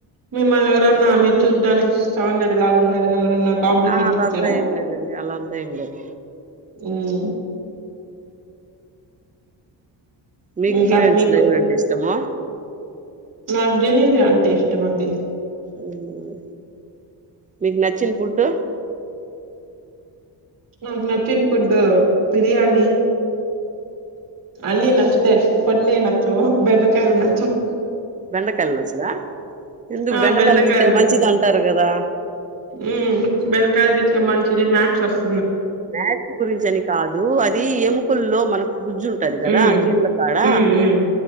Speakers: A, on the right; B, on the right.
A: మీమల్ ఎవరన్న మీర్ చూడానికి సౌదర్య లాగ ఉన్నారని ఎవరన్న కాంప్లి
B: ఆ
A: ట్ మెంట్
B: అలా
A: ఇచ్చర
B: అంతా ఏం లేదండి అలా అంతా ఏం లేదు
A: ఉమ్
B: మీకు
A: ఇంకా
B: హీరోయిన్స్
A: ఫ్ మీకు
B: లో ఎవరంటే ఇష్టము
A: నాక్ జెనిలియ అన్ టేష్టమండి
B: ఉమ్ మీక్ నచ్చిన్ ఫుడ్డు
A: నాక్ నచ్చిన్ ఫుడ్డు పిర్ యని అన్నీ నచ్చుతాయ్ కొన్నే నచ్చవు బెండకాయల్ నచ్చవ్
B: బెండకాయల్ నచ్చదా ఎందుకు
A: ఆ బెండకాయలు
B: తింటే
A: నచ్చదు
B: మంచిది అంటారు కదా
A: ఉ బెండకాయల్ మంచిది మ్యాక్స్ ఓస్
B: మ్యాక్స్ గురించి అని కాదు అది ఎముకల్లో మనకు గుజ్జు ఉంటది కదా
A: ఉమ్
B: కీళ్ళ కాడ
A: హ్మ్ హ్మ్.